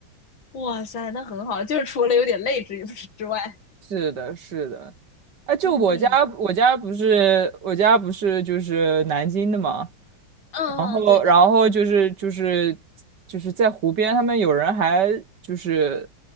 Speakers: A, on the left; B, on the right.
A: 哇塞，那很好，就是除了有点累之之外，
B: 是的，是的。啊，就我家，
A: 嗯
B: 我家不是，我家不是就是南京的嘛，
A: 嗯，
B: 然后，
A: 对的。
B: 然后就是就是就是在湖边，他们有人还就是